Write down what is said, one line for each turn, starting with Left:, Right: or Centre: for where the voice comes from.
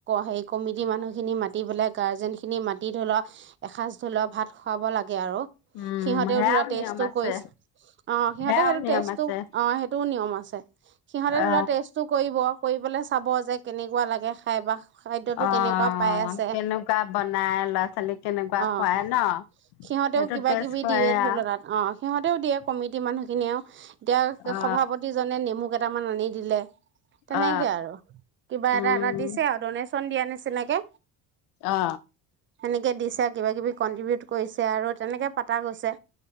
Right: হেৰি কমিটিৰ মানুহখিনি মাতি পেলাই গাৰ্জেনখিনি মাতি ধৰি লওক এসাঁজ ধৰি লওক ভাত খুৱাব লাগে আৰু
Left: উম
Right: সিহঁত সিহঁতে
Left: সেয়াও
Right: ধৰা টেষ্টো
Left: নিয়ম আছে
Right: কৰিছে অ সিহঁতে
Left: সেয়াও
Right: সেইটো
Left: নিয়ম
Right: টেষ্টো
Left: আছে
Right: অ সেইটোও নিয়ম আছে সিহঁতে ধৰি
Left: অ
Right: লোৱা টেষ্টো কৰিব কৰিবলে চাব যে কেনেকুৱা লাগে খাই বা খাদ্যটো
Left: অ
Right: কেনেকুৱা পাই আছে
Left: কেনেকুৱা বনাই ল'ৰা ছোৱালীক কেনেকুৱা
Right: অঁ
Left: খুৱাই ন
Right: সিহঁতেও
Left: সেইটো
Right: কিবা
Left: টেষ্ট
Right: কিবি
Left: কৰে
Right: দিয়ে ধৰি
Left: আৱ
Right: লওক তাত অঁ সিহঁতেও দিয়ে কমিটি মানুহখিনিয়ে ও এতিয়া
Left: অ
Right: সভাপতিজনে নেমু কাটি কেইটামান আনি দিলে। তেনেকে
Left: অ
Right: আৰু কিবা এটা
Left: উম
Right: এটা দিছে আৰু ডনেচন দিয়া নিচিনাকে
Left: অ
Right: সেনেকে দি কিবা কিবি কন্ট্ৰিবিউট কৰিছে আৰু তেনেকে পাতা গৈছে